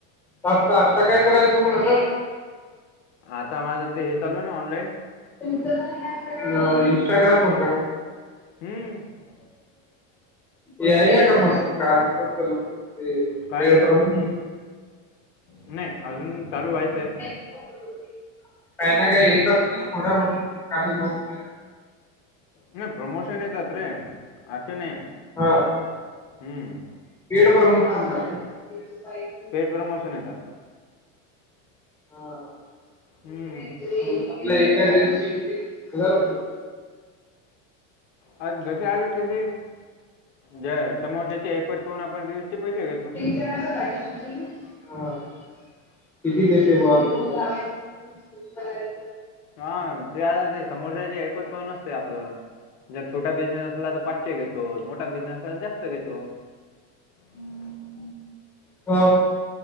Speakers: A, in the centre; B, on the left.
A: त्यात आत्ता काय करायचं मग असं?
B: आता माझं ते हे चालू आहे ना, ऑनलाईन.
A: हं, इंस्टाग्रामवर जा.
B: हम्म
A: यायला का मग, कारण तर <inaudible> ते
B: काय
A: एक नं
B: नाही, अजून चालू व्हायचंय.
A: काही ना काही येत असतील, थोड्या लोक <unintelligible>
B: नाही. प्रमोशन येतात रे, अस नाहीे येत.
A: हां.
B: हम्म.
A: <unintelligible>
B: परमर्श येता.
A: हा.
B: हम्म.
A: आपल्या एका रेंजची <unintelligible>
B: आज जसे आले तसे, ज समोरच्याची ऐपत पाहून आपण रिल्सचे पैसे घेतो.
A: <unintelligible> किती देते <unintelligible>
B: हां, ते आता ते समोरच्याचे ऐपत पाहून असते आपलं. जर छोटा बिझनेस असला, तर पाचशे घेतो. मोठा बिझनेस असला, तर जास्त घेतो. हम्म.
A: हो,